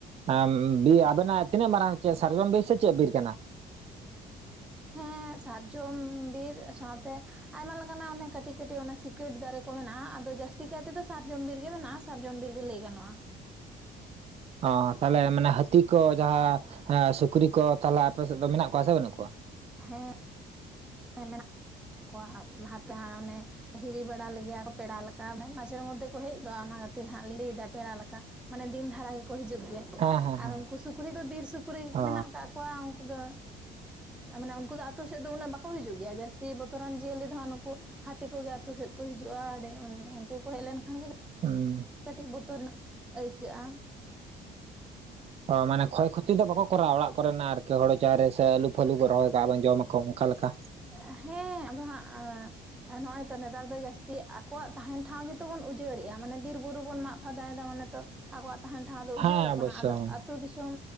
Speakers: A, on the right; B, in the centre.
A: ᱮᱢ ᱵᱤ ᱟᱵᱮᱱᱟᱜ ᱛᱤᱱᱟᱹᱜ ᱢᱟᱨᱟᱝ ᱪᱮ ᱥᱟᱨᱡᱚᱢ ᱵᱤᱨ ᱥᱮ ᱪᱮᱫ ᱵᱤᱨ ᱠᱟᱱᱟ
B: ᱦᱮᱸ ᱥᱟᱨᱡᱚᱢ ᱵᱤᱨ ᱥᱟᱶᱛᱮ ᱟᱭᱢᱟ ᱞᱮᱠᱟᱱᱟᱜ ᱚᱱᱮ ᱠᱟᱹᱴᱤᱡ ᱠᱟᱹᱴᱤᱡ ᱚᱱᱮ ᱥᱤᱠᱟ. ᱴ ᱫᱟᱨᱮ ᱠᱚ ᱢᱮᱱᱟᱜᱼᱟ ᱟᱫᱚ ᱡᱟᱹᱥᱛᱤ ᱠᱟᱭ ᱛᱮᱫᱚ ᱥᱟᱨᱡᱚᱢ ᱵᱤᱨ ᱜᱮ ᱢᱮᱱᱟᱜᱼᱟ ᱥᱟᱨᱡᱚᱱ ᱰᱤᱨ ᱜᱮ ᱞᱮ ᱜᱟᱱᱚᱜᱼᱟ
A: ᱚ ᱛᱟᱦᱚᱞᱮ ᱢᱟᱱᱮ ᱦᱟᱹᱛᱤ ᱠᱚ ᱡᱟᱦᱟᱸ ᱥᱩᱠᱨᱤ ᱠᱚ ᱛᱟᱦᱚᱞᱮ ᱟᱯᱮ ᱥᱮᱫ ᱫᱚ ᱢᱮᱱᱟᱜ ᱠᱚᱣᱟ ᱥᱮ ᱵᱟᱹᱱᱩᱜ ᱠᱚᱣᱟ
B: ᱦᱮᱸ ᱦᱮᱸ ᱢᱮᱱᱟᱜ ᱠᱚᱣᱟ ᱦᱟᱛᱮ ᱦᱟᱣᱱᱮ ᱦᱤᱨᱤ ᱵᱟᱲᱟ ᱞᱮᱜᱮᱭᱟ ᱠᱚ ᱯᱮᱲᱟ ᱞᱮᱠᱟ ᱢᱟᱱᱮ ᱢᱟᱡᱷᱮᱨ ᱢᱚᱫᱽᱫᱷᱮ ᱠᱚ ᱦᱮᱡ ᱜᱚᱫᱼᱟ ᱚᱱᱟ ᱠᱷᱟᱹᱛᱤᱨ ᱦᱟᱸᱜ ᱞᱤᱧ ᱞᱟᱹᱭ ᱫᱟ ᱯᱮᱲᱟ ᱞᱮᱠᱟ ᱢᱟᱱᱮ ᱫᱤᱱ ᱫᱷᱟᱨᱟ ᱜᱮᱠᱚ ᱦᱤᱡᱩᱜ ᱜᱮᱭᱟ
A: ᱦᱮᱸ ᱦᱮᱸ
B: ᱟᱨ
A: ᱦᱮᱸ
B: ᱩᱱᱠᱩ ᱥᱩᱠᱨᱤ ᱫᱚ ᱵᱤᱨ ᱥᱩᱠᱨᱤ
A: ᱚ
B: ᱢᱮᱱᱟᱜ ᱟᱠᱟᱫ ᱠᱚᱣᱟ ᱩᱱᱠᱩ ᱫᱚ ᱢᱟᱱᱮ ᱩᱱᱠᱩ ᱫᱚ ᱟᱹᱛᱩ ᱥᱮᱫ ᱫᱚ ᱩᱱᱟᱹᱜ ᱵᱟᱠᱚ ᱠᱚ ᱦᱤᱡᱩᱜ ᱜᱮᱭᱟ ᱡᱟᱹᱥᱛᱤ ᱵᱚᱛᱚᱨᱟᱱ ᱡᱤᱭᱟᱹᱞᱤ ᱫᱚ ᱦᱟᱜ ᱱᱩᱠᱩ ᱦᱟᱹᱛᱤ ᱠᱚᱜᱮ ᱟᱹᱛᱩ ᱥᱮᱫ ᱠᱚ ᱦᱤᱡᱩᱜᱼᱟ ᱟᱰᱮ ᱩᱱᱠᱩ ᱠᱚ ᱦᱮᱡ ᱞᱮᱱᱠᱷᱟᱱ ᱜᱮ
A: ᱩ
B: ᱠᱟᱹᱴᱤᱡ ᱵᱚᱛᱚᱨ ᱧᱚᱜ ᱟᱹᱭᱠᱟᱹᱜᱼᱟ
A: ᱚ ᱢᱟᱱᱮ ᱠᱷᱚᱭ ᱠᱷᱚᱛᱤ ᱫᱚ ᱵᱟᱠᱚ ᱠᱚᱨᱟᱣᱟ ᱚᱲᱟᱜ ᱠᱚᱨᱮᱱᱟᱜ ᱟᱨᱤᱠᱤ ᱦᱳᱲᱳ ᱪᱟᱣᱞᱮ ᱥᱮ ᱟᱹᱞᱩ ᱯᱷᱟᱹᱞᱩ ᱠᱚ ᱨᱚᱦᱚᱭ ᱠᱟᱜᱼᱟ ᱵᱟᱝ ᱡᱚᱢᱟᱠᱚ ᱚᱱᱠᱟ ᱞᱮᱠᱟ
B: ᱦᱮᱸ ᱟᱫᱚ ᱦᱟᱸᱜ ᱮ ᱱᱚᱜᱼᱚᱭ ᱛᱚ ᱱᱮᱛᱟᱨ ᱫᱚ ᱡᱟᱹᱥᱛᱤ ᱟᱠᱚᱣᱟᱜ ᱛᱟᱦᱮᱱ ᱴᱷᱟᱶ ᱜᱮᱛᱚ ᱵᱚᱱ ᱩᱡᱟᱹᱲᱮᱜᱼᱟ ᱢᱟᱱᱮ ᱵᱤᱨ ᱵᱩᱨᱩ ᱵᱚᱱ ᱢᱟᱜ ᱯᱷᱟᱫᱟᱭ ᱫᱟ ᱢᱟᱱᱮ ᱛᱚ ᱟᱠᱚᱣᱟᱜ ᱛᱟᱦᱮᱱ ᱴᱷᱟᱶ ᱫᱚ ᱩᱡᱟᱹᱲᱚᱜ
A: ᱦᱮᱸ ᱚᱵᱚᱥᱥᱳᱭ
B: ᱠᱟᱱᱟ ᱟᱫᱚ ᱟᱛᱳ ᱫᱤᱥᱚᱢ